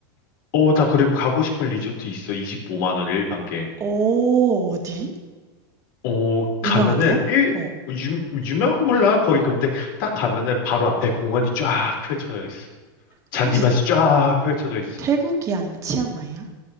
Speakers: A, on the left; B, on the right.
A: 어, 나 그리고 가고 싶은 리조트 있어. 25만 원 1박에.
B: 오, 어디?
A: 어, 가면은
B: 유명한데요?
A: 일,
B: 어.
A: 유, 유명 몰라 거기 근데 딱 가면은 바로 앞에 공원이 쫙 펼쳐져 있어. 잔디밭이
B: 그 혹시
A: 쫙 펼쳐져 있어.
B: 태국이야 아니면 치앙마이야?